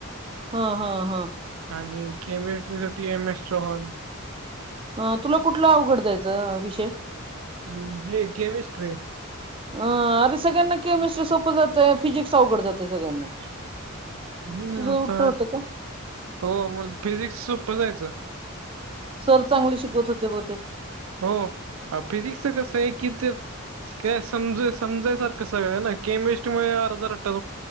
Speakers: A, on the right; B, on the right.
A: हा हा हा
B: आणि केमिस्ट्री साठी एमएस्ट्रा हाॅन
A: अं तुला कुठला अवघड जायचा विषय
B: ह हे केमिस्ट्री
A: अ अरे सगळ्यांना केमिस्ट्री सोप जातोय फिजिक्स अवघड जाते सगळ्यांना
B: हम्
A: तुझं
B: आता
A: उलट होतं का
B: हो मला फिजिक्स सोपा जाायचा
A: सर चांगले शिकवत होते बहुतेक
B: हो फिजिक्सच कस आहे की ते काय समजाय समजा सारखय सगळ ना केमिस्ट्री मध्ये अर्ध रट्टा